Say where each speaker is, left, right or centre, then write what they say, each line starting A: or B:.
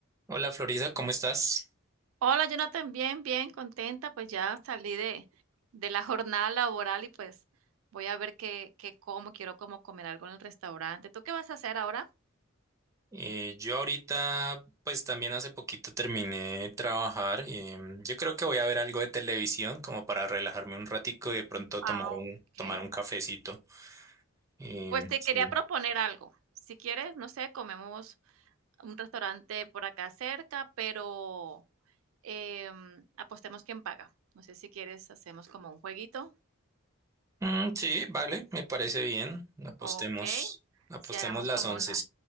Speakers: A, on the right; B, on the right.
A: Hola Florida, ¿cómo estás?
B: Hola, Jonathan, bien, bien, contenta, pues ya salí de, de la jornada laboral y pues voy a ver qué, qué como, quiero como comer algo en el restaurante. ¿Tú qué vas a hacer ahora?
A: Eh, yo ahorita, pues también hace poquito terminé de trabajar. em, yo creo que voy a ver algo de televisión como para relajarme un ratico y de pronto
B: Ah,
A: tomar un,
B: ok.
A: tomar un cafecito. Em,
B: Pues te
A: sí.
B: quería proponer algo. Si quieres, no sé, comemos a un restaurante por acá cerca, pero em, apostemos quién paga. No sé si quieres, hacemos como un jueguito.
A: Mm, sí, vale, me parece bien. Apostemos,
B: Ok.
A: apostemos
B: Si hagamos
A: las
B: como
A: once,
B: una.